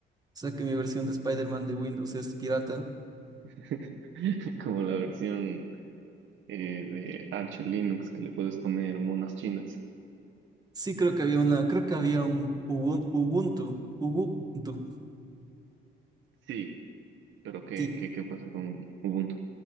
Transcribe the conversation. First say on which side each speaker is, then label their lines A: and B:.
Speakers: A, on the right (about 20°); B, on the right (about 70°).
A: O sea que mi versión de Spider-Man de Windows es pirata.
B: <laughs> Como la versión eh, de Arch Linux que le puedes poner monas chinas.
A: Sí, creo que había una, creo que había un Ubun- Ubuntu. Ubuntu.
B: Sí, Pero ¿qué,
A: Sí.
B: qué, qué pasa con Ubuntu?